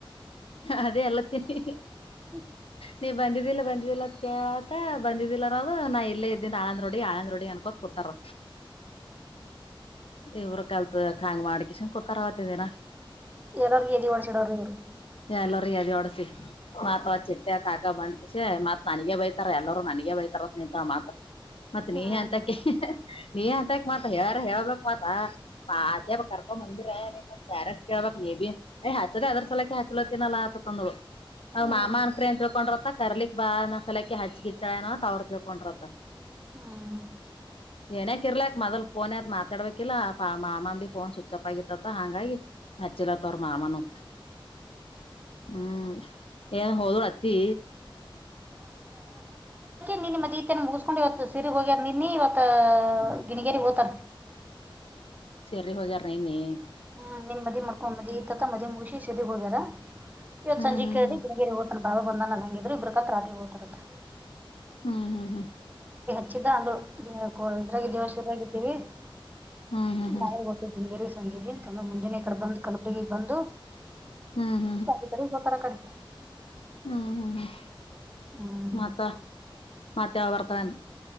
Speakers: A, on the left (about 90°); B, on the right (about 20°).
A: ಅದೇ ಅಲ್ಲತ್ತನಿ
B: ಹ್ಮ
A: ನೀವ ಬಂದಿದ್ದಿಲ್ಲ ಬಂದಿದ್ದಿಲ್ಲ ಅ ಕೇಳ್ತ ಬಂದಿದ್ದಿಲ್ಲ ಅನ್ನೋದು ನಾ ಇಲ್ಲೇ ಇದ್ದೀನ್ ಆಳಂದ್ ರೋಡಿ ಆಳಂದ್ ರೋಡಿ ಅನ್ಕೋತ ಕೂತಾರ ಇವ್ರ ಕಲ್ತ್ ಹಾಂಗ ಮಾಡಿಕ ಶನ್ ಕುತರ ಹೊತಿದನಾ
B: ಎರ ಎಲ್ಲಿ ಮಾಡಡ್ಸಿಡೋರ ಇವರು
A: ಎಲ್ಲರು ಎದಿ ಒಡದು ಮಾತ್ ಚಿಟ್ಟೆ ಕಾಕ ಬಂದಸ ಮತ್ ನನಗೆ ಬೈತಾರ ಎಲ್ಲರೂ ನನಗ ಬೈತಾರ ಸ್ ನಿಂತ ಮಾತ್ರ ಮತ್ತೆ
B: ಹ್ಮ್
A: ನೀ ಎಂತಕ ನೀ ಅಂತಕ್ ಮಾತ್ ಯಾರ ಹೇಳ್ಬಕ್ ಮಾ ಮಾೇ ಕರ್ಕ ಮಂದಿರ ನೀ ಮತ್ ಡೈರೆಕ್ಟ್ ಕೇಳ್ಬಕ್ ನೀ ಯ್ ಹಚ್ಚಚದೆ ಅದ್ರ ಸಲಕ ಹಚ್ಚಲತ್ತಿನಲ್ಲ ತಂದ್ರು ಅವ
B: ಹ್ಮ್
A: ಮಾಮ ಅನ್ಕ್ರ ಅಂತ ತಿಳ್ಕೊಂಡ್ರತ್ತ ಕರ್ಲಿಕ್ ಬಾ ನ ಸಲಕ್ಕೆ ಹಚ್ಚಗಿತ್ತಾಳೆನತ್ ಅವ್ರ ತಿಳ್ಕೊಂಡ್ರತ್ತ
B: ಹ್ಮ್
A: ಏನಕ ಇರ್ಲಾಕ್ ಮೊದಲ್ ಫೋನ್ ಎತ್ತಿ ಮಾತಾಡ್ಬೇಕು ಇಲ್ಲಾ ಮಾಮಂದಿ ಫೋನ್ ಸ್ವಿಚ್ ಅಪ್ ಆಗಿತ್ತತ್ತ ಹಂಗಾಗಿ ಮಚ್ಚಲ ತೋರ ಮಾಮನು ಹ್ಮ್ ಏನ್ ಹೋದ್ರ ಅತ್ತಿ
B: ನಿ ಮದ್ ಈತ ಮುಗಿಸಕೊಂಡ್ ಇವತ್ತು ಸಿರಗ್ ಹೋಗ್ಯಾರ ನಿನ್ನ ಇವತ್ ಗಿಣಗೇರಿ ಹೋತಾರ
A: ಸೇರಿ ಹೋಗ್ಯಾರಾ ನಿನ್ನೆ
B: ಹ್ಮ್ ನಿಮ್ ಮದಿ ಮಾಡ್ಕೊಂಡ್ ಮದಿ ಈ ತತ್ತ ಮದ ಮುಗಿಸಿ ಹೋಗ್ಯಾರ ಇವತ್
A: ಹ್ಮ್
B: ಸಂಜೆ
A: ಹ್ಮ್
B: ಕೇಳ್ದಿ ಗಿಣಗೇರಿ ಒತನ ಅಂತ ಬಾಬ ಬಂದ ನ ಹೆಂಗಿದ್ರು ಇಬ್ರಕತ್ರಿ ಓದತಾರತ್
A: ಹ್ಮ್ ಹ್ಮ್ ಹ್ಮ್
B: ಅಂಗ ಇದ್ರಾಗಿದ್ದೀವ ಶುರುಾಗಿದ್ದೀವಿ
A: ಹ್ಮ್ ಹ್ಮ್ ಹ್ಮ್ ಹ್ಮ್ ಹ್ಮ್ ಹ್ಮ್
B: ನಾವೇ ಗೊತ್ತೀವಿ ಸಂಜ ತಮ್ಮ ಮುಂಜಾನೆ ಕಡೆ ಬಂದು್ ಕಲಪಗ ಬಂದು
A: ಹ್ಮ್ ಹ್ಮ್
B: ಸ ಕಡೆ ಬಾರ ಆ ಕಡೆ
A: ಹ್ಮ್ ಹ್ಮ್ ಹ್ಮ್
B: ಹ್ಮ್
A: ಮತ್ತ ಮತ್ತೆ ಬರ್ತಾನ